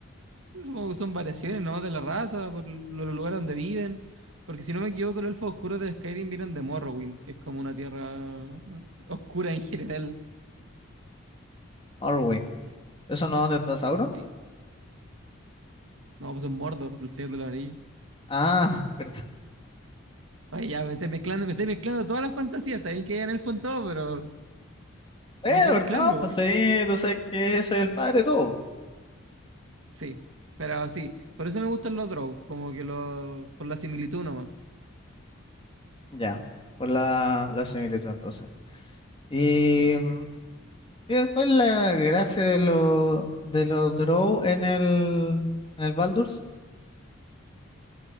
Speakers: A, on the right (about 75°); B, on the left (about 25°).
A: Supongo que son variaciones nomás de la raza, por lo- los lugares donde viven. Porque si no me equivoco, los elfos oscuros del Skyrim vienen de Morrowind, que es como una tierra eh, oscura en general.
B: Orwin. ¿Eso no es donde está Sauron?
A: Sí. No, pues es Mordor, del Señor de los Anillos.
B: Ah, <laughs> perdón.
A: Ay, ya, me estoy mezclando, me estoy mezclando todas las fantasías. Está bien que hayan elfos en todo, pero
B: Bueno,
A: no hay que mezclarlo.
B: perdón, pues sí, tú sabes que soy el padre de todo.
A: Sí, pero sí, por eso me gustan los draws, como que los, por la similitud nomás,
B: Ya, por la, la similitud entonces. Y mm, ¿qué- ¿cuál es la gracia de los de los Drow en el en el Baldur's?